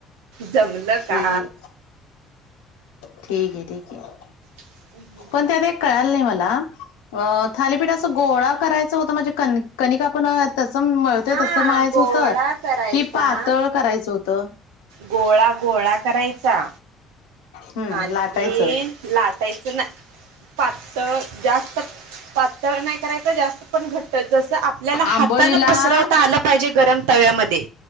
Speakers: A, on the right; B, on the left.
A: जमल
B: ठीक
A: का?
B: ठीक आहे ठीक आहे.
A: <inaudible>
B: पण त्यात एक कळाला नाही मला थालीपीठ असं गोळा करायचं होत म्हणजे कणि कणिक आपण तसं मळतोय
A: हा
B: तसं मळायचं
A: गोळा
B: होतं
A: करायचा
B: की पातळ करायचं होतं?
A: गोळा गोळा करायचा
B: हम्म
A: आणि
B: लाटायचं
A: ते लाटायचं नाही. पातळ जास्त पातळ नाही करायचं जास्त पण घट जसं आपल्याला हाताानं
B: आंबोळीला
A: पसरवता आलं पाहिजे गरम तव्यामध्ये